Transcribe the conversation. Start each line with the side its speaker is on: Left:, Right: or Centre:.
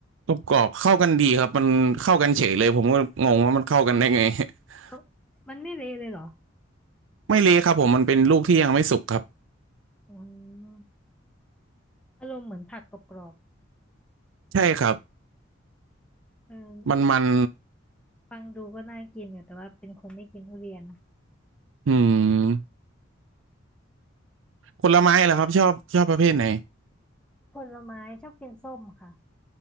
Right: กรอบกรอบเข้ากันดีครับมันเข้ากันเฉยเลยผมก็งงว่ามันเข้ากันได้ไง <laughs>
Centre: เขามันไม่เละเลยเหรอ
Right: ไม่เละครับผมมันเป็นลูกที่ยังไม่สุกครับ
Centre: อืมอารมณ์เหมือนผักกรอบ
Right: ใช่ครับ
Centre: ๆเอ
Right: มันมัน
Centre: อฟังดูก็น่ากินอยู่แต่ว่าเป็นคนไม่กินทุเรียน
Right: อืมผลไม้เหรอครับชอบชอบประเภทไหน
Centre: ผลไม้ชอบกินส้มค่ะ